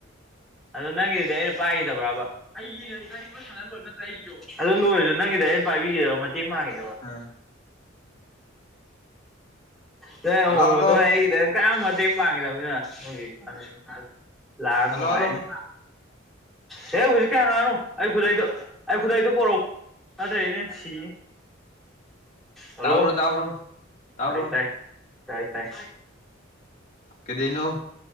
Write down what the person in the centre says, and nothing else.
ꯑꯗꯨꯗꯣ ꯅꯪꯒꯤꯗ ꯑꯩꯅ ꯄꯥꯏꯈꯤꯗꯕ꯭ꯔꯕ ꯑꯩꯒꯤ ꯅꯠꯇ꯭ꯔ ꯑꯩꯒꯤꯁꯨ ꯑꯗꯨ ꯂꯣꯏꯔꯁꯨ ꯅꯪꯒꯤꯗꯤ ꯄꯥꯏꯕꯤꯒꯗꯕ ꯃꯇꯦꯡ ꯄꯥꯡꯈꯤꯗꯕ
ꯍꯗ
ꯍꯥꯏ ꯀꯗ ꯀ ꯃꯇ ꯄꯥꯡꯈꯤꯗꯕꯅꯤꯅꯒꯤ ꯂꯥꯛꯑ
ꯅꯨꯡꯉꯥꯏꯅꯤ
ꯍꯦ ꯍꯧꯖꯤꯛꯀꯤ ꯍꯪꯉꯛꯅꯨ ꯑꯩ ꯈꯨꯗꯩꯗꯣ ꯑꯩ ꯈꯨꯗꯩꯗꯣ ꯄꯣꯔꯛꯎ ꯑꯗꯨꯗ꯭ꯔꯦ ꯌꯦꯟꯁꯤꯤ ꯍꯜꯂꯣ
ꯇꯥꯏ ꯇꯥꯏ ꯇꯥꯏ ꯇꯥꯏ